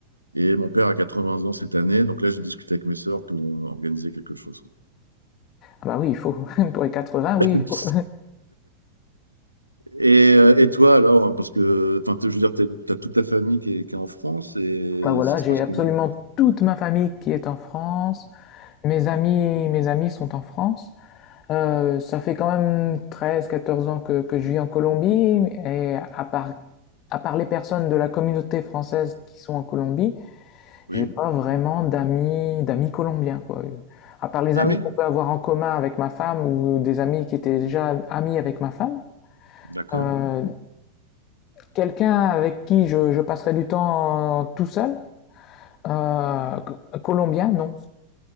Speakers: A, on the right; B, on the left.
A: Et mon père a 80 ans cette année, donc là j'ai discuté avec mes sœurs pour organiser quelque chose.
B: Ah bah oui, il faut. <laughs> Pour les 80,
A: <laughs>
B: oui, il faut. <laughs>
A: et, euh, et toi alors, parce que enfin, je veux dire, tu as toute ta famille qui est, qui est en France et
B: Bah voilà,
A: ça se
B: j'ai
A: passe
B: absolument
A: comment?
B: toute ma famille qui est en France. Mes amis, mes amis sont en France. Euh, ça fait quand même 13, 14 ans que, que je vis en Colombie. Et à part, à part les personnes de la communauté française qui sont en Colombie,
A: Oui.
B: j'ai pas vraiment d'amis, d'amis colombiens, quoi. À part les
A: Ah
B: amis
A: oui,
B: qu'on peut avoir en commun avec ma femme ou des amis qui étaient déjà amis avec ma femme.
A: d'accord.
B: Euh, Quelqu'un avec qui je, je passerai du temps euh, tout seul Euh, Colombien, non.